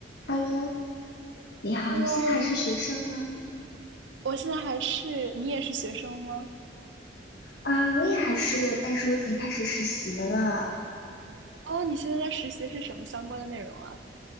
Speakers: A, on the left; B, on the right.
A: Hello，你好，
B: Hello，
A: 你现在还是学生吗？
B: 我现在还是，你也是学生吗？
A: 啊，我也还是，但是我已经开始实习了。
B: 哦，你现在在实习的是什么相关的内容啊？